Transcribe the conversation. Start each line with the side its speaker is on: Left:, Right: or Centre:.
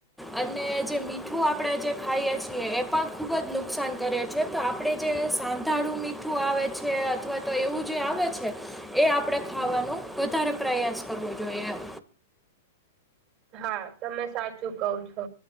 Centre: અને જે મીઠું આપણે જે ખાઈએ છીએ એ પણ ખૂબ જ નુકસાન કરે છે. તો આપડે જે સાંધાળું મીઠું આવે છે અથવા તો એવું જે આવે છે. એ આપણે ખાવાનો વધારે પ્રયાસ કરવો જોઈએ એમ.
Right: હા, તમે સાચું કવ છો.